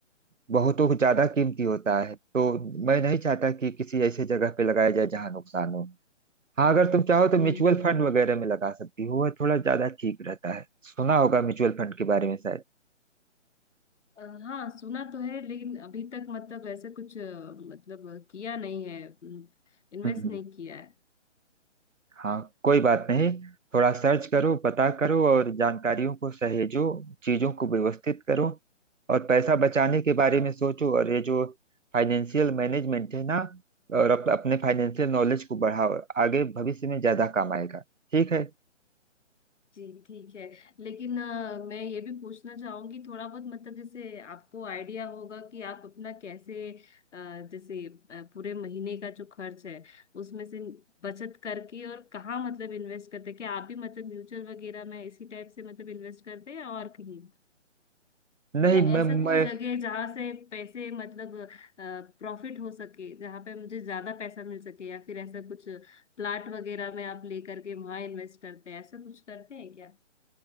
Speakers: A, on the right; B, on the left.
A: बहुतों को ज्यादा कीमती होता है तो मैं नहीं चाहता कि किसी ऐसे जगह पे लगाया जाए जहाँ नुकसान हो हाँ अगर तुम चाहो तो
B: हम्म
A: म्यूचुअल
B: हम्म।
A: फंड वगैरह में लगा सकती हो वह थोड़ा ज्यादा ठीक रहता है सुना होगा म्यूचुअल फंड के बारे में शायद
B: अ, हाँ सुना तो है लेकिन अभी तक मतलब ऐसा कुछ अ, मतलब अ, किया नहीं है इन्वेस्ट
A: हम्म
B: नहीं किया है
A: हाँ कोई बात नहीं थोड़ा सर्च करो पता करो और जानकारियों को सहेजो चीजों को व्यवस्थित करो और पैसा बचाने के बारे में सोचो और ये जो फाइनेंशियल मैनेजमेंट है ना और अप, अपने फाइनेंशियल नॉलेज को बढ़ाओ आगे भविष्य में ज्यादा काम आएगा ठीक है
B: जी ठीक है लेकिन अ, मैं ये भी पूछना चाहूंगी थोड़ा बहुत मतलब जैसे आपको आइडिया होगा कि आप अपना कैसे अ, जैसे अ, पूरे महीने का जो खर्च है उसमें से बचत करके और कहाँ मतलब इन्वेस्ट करते हैं? क्या आप भी मतलब म्यूचुअल वगैरह में इसी टाइप से मतलब इन्वेस्ट करते हैं और कहीं
A: नहीं
B: या
A: मैं
B: ऐसा
A: मैं
B: कोई जगह है जहाँ से पैसे मतलब प्रॉफिट हो सके जहाँ पे मुझे ज्यादा पैसा मिल सके या फिर ऐसा कुछ प्लाट वगैरह में आप लेकर के वहां इन्वेस्ट करते हैं ऐसा कुछ करते हैं क्या